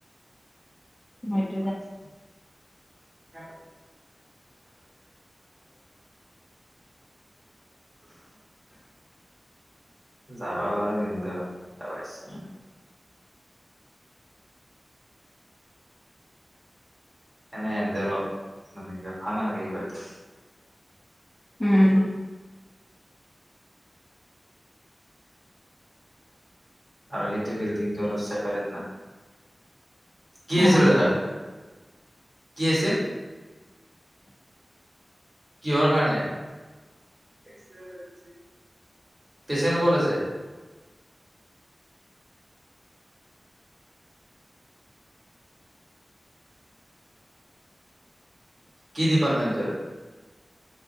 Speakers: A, on the left; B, on the right.
A: হয় <inaudible>
B: <unintelligible> <unintelligible> <inaudible> যাব বাৰো কিন্তু যাবা ইচ্ছা নাই। এনে এন্দেৰ অলপ, মানে কিবা ভাল নালাগে এইবাত।
A: উম।
B: আৰু সেইটো বিল্ডিংটো অলপ চছেপাৰেট না, কি
A: আহ
B: আছিল দাদা? কি আছিল? কিহৰ কাৰণে, পেচেণ্ট ক'ত আছে? কি পৰ্মেন্তেৰ